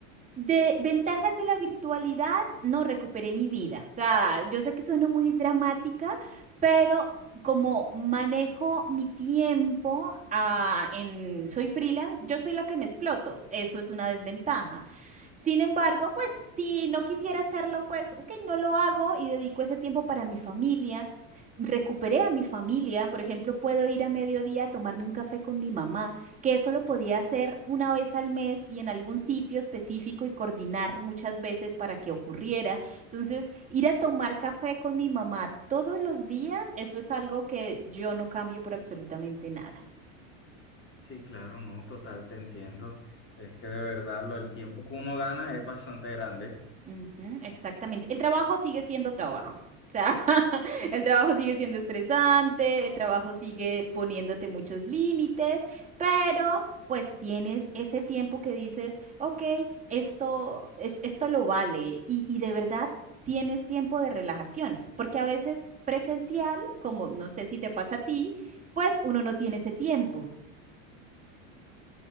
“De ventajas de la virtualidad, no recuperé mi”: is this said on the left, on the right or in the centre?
Right